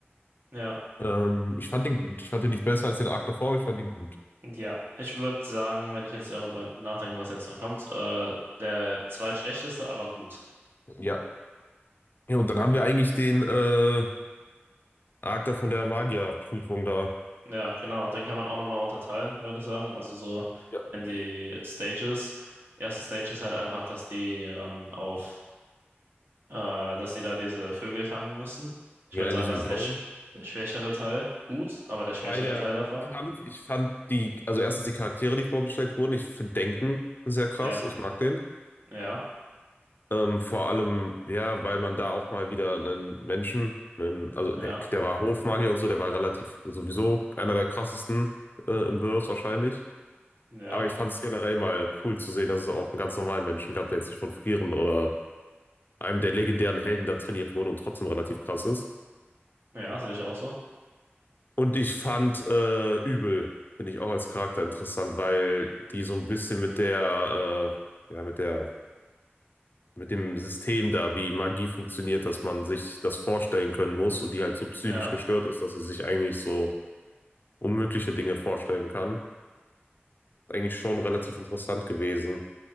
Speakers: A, on the right; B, on the left.
A: Ja,
B: Ähm, ich fand den gut. Ich fand den nicht besser als den Arc davor, aber ich fand ihn gut.
A: ja. Ich würde sagen, wenn ich jetzt darüber nachdenke, was jetzt noch kommt, äh, der zweitschlechteste, aber gut.
B: Ja. Ja, und dann haben wir eigentlich den äh, Arc da von der Magierprüfung da.
A: Ja, genau. Den kann man auch nochmal unterteilen, würde ich sagen. Also so
B: Ja.
A: in die Stages. Erste Stage ist halt einfach, dass die ähm, auf, äh, dass die da diese Vögel fangen mussten. Ich
B: Ja,
A: würde sagen,
B: in diesem
A: das ist
B: Dome.
A: der, sch der schwächere Teil. Gut, aber der schwächere
B: Bei der
A: Teil davon.
B: Kampf, ich fand die, also erstens die Charaktere, die vorgestellt wurden, ich finde Denken sehr krass,
A: Ja,
B: ich mag den.
A: ja,
B: Ähm, vor allem, ja, weil man da auch mal wieder einen Menschen, einen, also
A: ja,
B: der, der war Hofmagier und so, der war relativ sowieso einer der krassesten äh, im Verse wahrscheinlich.
A: ja,
B: Aber ich fand es generell mal cool zu sehen, dass es auch einen ganz normalen Menschen gab, der jetzt nicht von Frieren oder einem der legendären Helden da trainiert wurde und trotzdem relativ krass ist.
A: ja, sehe ich auch so.
B: Und ich fand äh, Übel, finde ich auch als Charakter interessant, weil die so ein bisschen mit der, äh, ja, mit der, mit dem System da, wie Magie funktioniert, dass man sich das vorstellen können muss und die halt so psychisch
A: Ja,
B: gestört ist, dass sie sich eigentlich so unmögliche Dinge vorstellen kann. Eigentlich schon relativ interessant gewesen.